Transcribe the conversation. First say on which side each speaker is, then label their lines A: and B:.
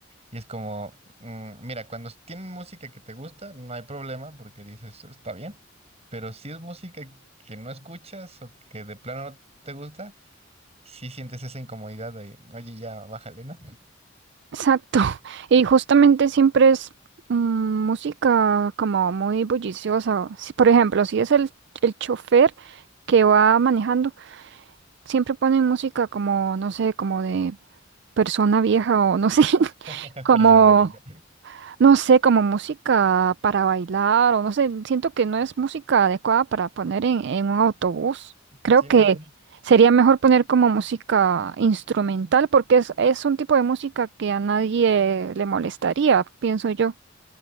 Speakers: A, on the right; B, on the right.
A: y es como, mm, mira, cuando tienen música que te gusta, no hay problema porque dices, está bien, pero si es música que no escuchas o que de plano no te gusta, sí sientes esa incomodidad de, oye, ya, bájale, ¿no?
B: Exacto. Y justamente siempre es mm, música como muy bulliciosa. Si, por ejemplo, si es el, el chofer que va manejando, siempre ponen música como, no sé, como de persona vieja o no sé, <laughs>
A: <laughs>
B: como,
A: Persona diga.
B: no sé, como música para bailar o no sé, siento que no es música adecuada para poner en, en un autobús. Creo
A: Sí,
B: que
A: no,
B: sería mejor poner como música instrumental porque es, es un tipo de música que a nadie le molestaría, pienso yo.